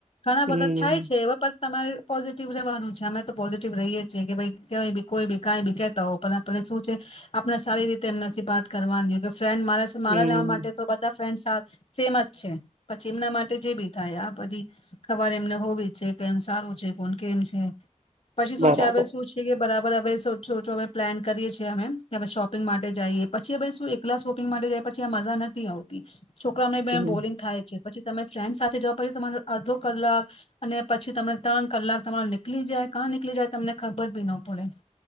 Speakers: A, on the left (about 50°); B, on the right (about 65°).
A: ઘણા
B: હમ
A: બધા થાય છે એવા પણ તમારે પોઝિટિવ રહેવાનું છે. અમે તો પોઝિટિવ રહીએ જેમ કે ભાઈ કાઈ બી કોઈ બી કાઈ બી કેતા હોવ પણ આપણે શું છે. આપણે સારી રીતે એમનાથી બાત કરવાની. ફ્રેન્ડ મારે
B: હમ
A: મારા લેવા માટે તો બધા ફેન્ડસ આ સેમ જ છે પછી એમના માટે જે બી થાય આ બધી ખબર એમને હોવી જ છે કેમ સારું છે કોણ કેમ છે. પછી
B: બરાબર
A: શું અવે શું છે કે બરા બર એ સોચો અવે હવે પ્લાન કરીએ છીએ અમે અવે શોપિંગ માટે જાઈએ પછી હ શું એકલા શોપિંગ માટે જઈ પછી આ મઝા નથી આવતી. છોકરાઓને બે
B: હમ
A: એમ બોરિંગ થાય છે. પછી તમે ફ્રેન્ડ સાથે જાવ પછી તમારો અડધો કલાક અને પછી તમને ત્રણ કલાક તમારો નીકલી જાય કા નીકલી જાય તમને ખબર બી નો પડે.